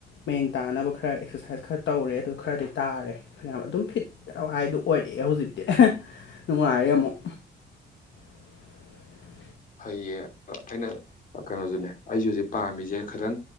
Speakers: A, on the left; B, on the left.
A: ꯃꯌꯦꯡ ꯇꯥꯅꯕ ꯈꯔ ꯑꯦꯛꯁꯔꯁꯥꯏꯁ ꯈꯔ ꯇꯧꯔꯦ ꯑꯗꯨ ꯈꯔꯗꯤ ꯇꯥꯔꯦ ꯐꯅ ꯑꯗꯨꯝ ꯐꯤꯠ ꯍꯥꯏꯗꯨꯣ ꯑꯣꯏꯔꯛꯑꯦ ꯍꯧꯖꯤꯛꯇꯤ ꯅꯨꯡꯉꯥꯏꯔꯦ ꯑꯃꯨꯛ <inaudible>
B: ꯍꯩꯌꯦ ꯑꯩꯅ ꯀꯩꯅꯣꯁꯨꯅꯦ ꯑꯩꯁꯨꯦꯍꯧꯖꯤꯛ ꯄꯥꯝꯃꯤꯁꯦ ꯈꯤꯇꯪ